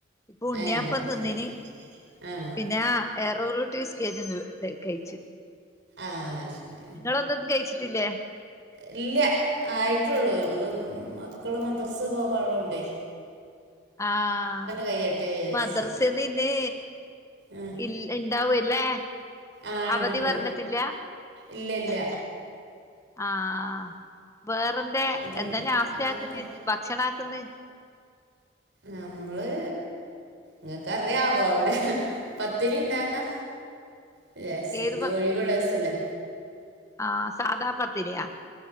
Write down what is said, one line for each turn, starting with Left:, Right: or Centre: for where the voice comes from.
Left: ഇപ്പൊ ഉണ്ണിയപ്പം
Right: ഏഹ്
Left: തിന്നിന്
Right: ശരി ആഹ്
Left: പിന്നാ എരോറൂട്ടി ബിസ്കറ്റ് ഉം കഴിച്
Right: ആഹ് ശരി
Left: നിങ്ങളൊന്നും കഴിച്ചിട്ടില്ലേ
Right: ഇല്ല ആയിട്ടേള്ളൂ ഞമ്മള് മക്കള് മദ്രസെ പോകാൻ ഉള്ളോണ്ടേ
Left: ആഹ്
Right: കയ്യട്ടെ വിചാരിച്ച്
Left: മദ്രസേന്ന് ഇനി
Right: ആഹ്
Left: ഇൽ ഇണ്ടാവും ഇല്ലേ
Right: ആഹ് ഉണ്ടുണ്ട്
Left: അവധി പറഞ്ഞിട്ടില്ല
Right: ഇല്ല ഇല്ല
Left: <inaudible> ആഹ് വേറെന്തെ
Right: അത്
Left: എന്താ നാസ്താ
Right: വേറെക്കെ
Left: ആക്കുന്നേ ഭക്ഷണാക്ക്ന്നെ
Right: നമ്മള് ങ്ങക്ക് അറിയാവോ അവിടെ പത്തിരി ഉണ്ടാക്കാ വിചാരിച്ചു
Left: ഏത്
Right: ന്ന്
Left: ഭ
Right: ഒഴിവുള്ള ദിവസല്ലെ
Left: ആഹ് സാദാ പത്തിരിയാ